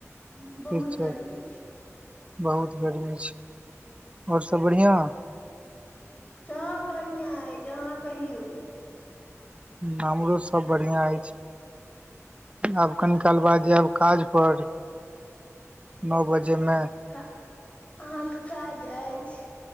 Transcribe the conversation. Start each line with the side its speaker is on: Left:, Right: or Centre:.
Left: ह
Right: ठीक
Left: बहुत
Right: छै
Left: गर्मी छै
Right: बहुत गरमी छै और सब बढ़िआँ
Left: सब बढ़िआँ अहि अहाँ कहियौ
Right: हमरो सब बढ़िया अछि आब कनी काल बाद जायब काज पर नअ बजेमे
Left: क अहाँके काज अछि